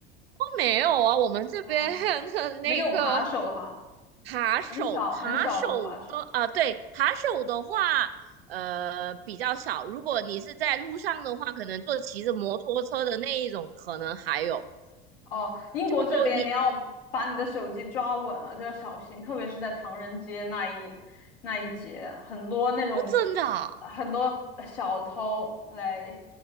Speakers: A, on the right; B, on the left.
A: 哦没有啊，我们这边
B: 哦，
A: <laughs> 的那个
B: 没有扒手哈，
A: 扒手扒手的啊，
B: 很少很少的扒手。
A: 对，扒手的话，呃，比较少。如果你是在路上的话，可能坐骑着摩托车的那一种，可能还有。
B: 哦，英国这边你要把你的手机抓稳了，
A: 哦，你
B: 就要小心，特别是在唐人街那一那一节，很多那种
A: 哦，真的啊
B: 很多小偷来，